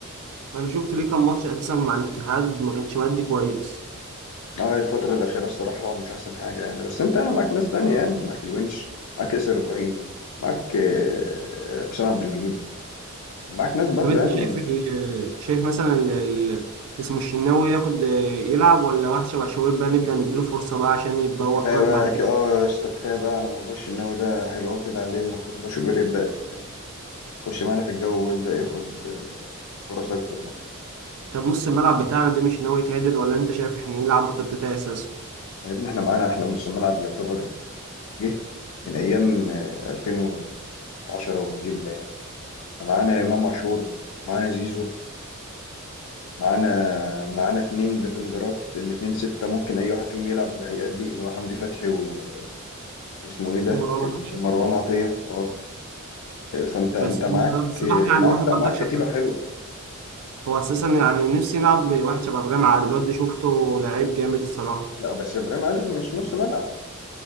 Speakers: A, on the right; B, on the left.
A: انا شفت ليه كام ماتش اساسا مع الاتحاد ما كانش مادي كويس
B: اه الفترة الأخيرة الصراحة هو مش أحسن حاجة يعني بس أنت أنا معاك ناس تانية يعني معاك الونش معاك ياسر إبراهيم معاك آه، حسام عبد المجيد معاك ناس برضه
A: طب انت
B: يعني
A: شايف ال- شايف مثلا ال- ال- اسمه الشناوي ياخد يلعب ولا واحد شبه شوبير بقى نبدأ نديله فرصة بقى عشان يبقى
B: كفاية
A: ورقات
B: بقى
A: بعد كده
B: ك- اه يا اسطى كفاية بقى على موضوع الشناوي ده حلو أوي كده عليه المفروض بقى شوبير يبدأ يخش معانا في الجو ويبدأ ياخد آه، فرص أكتر بقى
A: طب نص الملعب بتاعنا ده مش ناوي يتعدل ولا انت شايف احنا نلعب بخطتين اساسا
B: يا ابني احنا معانا أحلى نص ملعب يعتبر جه من أيام آه، 2010 والجيل ده يعني احنا معانا إمام عاشور معانا زيزو معانا معانا اتنين ديفندرات الاتنين ستة ممكن أي واحد فيهم يلعب بهيئات دي اللي هو حمدي فتحي و... واسمه إيه ده
A: مروان عطية.
B: مروان عطية أه فأنت أنت
A: بس
B: معاك
A: هو بصراحة يعني
B: معاك
A: واحد برضك
B: لا معاك
A: شبه
B: كتيبة حلوة
A: هو اساسا يعني نفسي نلعب بواحد شبه ابراهيم عادل الواد ده شفته لعيب جامد الصراحة
B: لا بس إبراهيم عادل مش نص ملعب